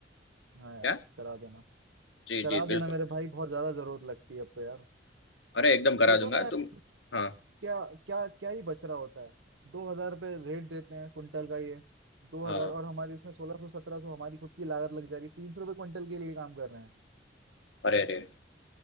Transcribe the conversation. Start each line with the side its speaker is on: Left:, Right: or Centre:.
Right: हाँ यार
Left: क्या
Right: करा देना
Left: जी
Right: करा
Left: जी
Right: देना
Left: बिल्कुल
Right: मेरे भाई बहुत ज्यादा जरूरत लगती है अब तो यार
Left: अरे एकदम करा
Right: सोचो
Left: दूंगा
Right: ना यार
Left: तुम हाँ
Right: क्या क्या क्या ही बच रहा होता है दो हजार रुपये रेट देते हैं क्विंटल का ये दो
Left: हाँ
Right: हजार और हमारी उसमें सोलह सौ सत्रह सौ हमारी खुद की लागत लग जा रही है तीन सौ रुपये क्विंटल के लिए काम कर रहे हैं
Left: अरे अरे